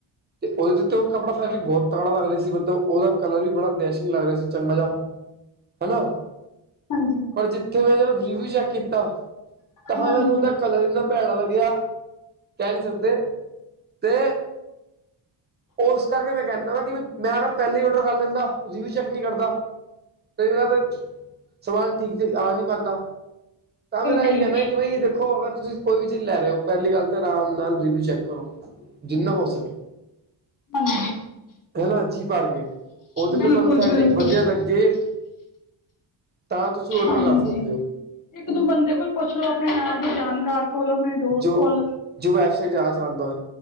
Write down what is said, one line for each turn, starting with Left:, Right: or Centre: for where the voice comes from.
Right: ਤੇ ਉਹਦੇ ਤੋਂ ਉਹ ਕੱਪੜਾ ਫੈਬਰਿਕ ਬਹੁਤ ਤਕੜਾ ਲੱਗ ਰਿਹਾ ਸੀ, ਮਤਲਬ ਉਹਦਾ ਕਲਰ ਵੀ ਬੜਾ ਡੈਸ਼ਿੰਗ ਲੱਗ ਰਿਹਾ ਸੀ। ਚੰ ਬਜਾ ਹਨਾਂ। <unintelligible>
Left: ਹਾਂਜੀ
Right: ਪਰ ਜਿੱਥੇ ਮੈਂ ਜਦੋਂ ਰਿਵਿਊ ਚੈੱਕ ਕੀਤਾ, ਤਾਂ ਹਾਂ
Left: ਹਾਂਜੀ
Right: ਮੈਨੂੰ ਉਹਦਾ ਕਲਰ ਇੰਨਾ। ਭੈੜਾ ਲੱਗਿਆ, ਕਹਿ ਨਹੀਂ ਸਕਦੇ, ਤੇ। ਉਸ ਕਰਕੇ ਮੈਂ ਕਹਿੰਦਾ ਵਾ ਕਿ ਮੈਂ ਅਗਰ ਪਹਿਲਾਂ ਹੀ ਆਰਡਰ ਕਰ ਲੈਂਦਾ, ਰਿਵਿਊ ਚੈੱਕ ਨਹੀਂ ਕਰਦਾ। ਕਈ ਵਾਰ ਤੇ, ਸਮਾਨ ਠੀਕ ਆ ਨਹੀ ਪਾਉਂਦਾ। ਤਾਂ ਮੇਰਾ
Left: ਬਿਲਕੁਲ
Right: ਇਹੀ ਕਹਿਣਾ ਕਿ ਬਈ ਦੇਖੋ ਅਗਰ ਤੁਸੀਂ ਕੋਈ ਵੀ ਚੀਜ਼ ਲੈ ਰਹੇ ਹੋ, ਪਹਿਲੀ ਗੱਲ ਤਾਂ ਆਰਾਮ ਨਾਲ ਰਿਵਿਊ ਚੈੱਕ। ਕਰੋ ਜਿੰਨਾ
Left: ਹਾਂਜੀ
Right: ਹੋ ਸਕੇ
Left: ਹਾਂਜੀ।
Right: ਹਨਾ, ਜੀ ਭਰ ਕੇ, ਉਹਦੇ
Left: ਬਿਲਕੁਲ
Right: ਨਾਲ ਤੁਹਾਨੂੰ ਫੈਬਰਿਕ
Left: ਬਿਲਕੁਲ
Right: ਵਧੀਆ ਲੱਗੇ। ਤਾਂ ਤੁਸੀਂ ਔਡਰ
Left: ਹਾਂਜੀ,
Right: ਕਰ ਸਕਦੇ ਹੋ
Left: ਇੱਕ- ਦੋ ਬੰਦੇ ਕੋਲ ਪੁੱਛ ਲੋੋ ਆਪਣੇ ਨਾਲ ਤੋਂ ਜਾਣਕਾਰ। ਕੋਲ ਫਰੈਂਡ, ਆਪਣੇ ਦੋਸਤ
Right: ਜੋ
Left: ਕੋਲ।
Right: ਜੋ ਵੈਬਸਾਈਟ ਚਲਾ ਸਕਦਾ ਹੋਏ।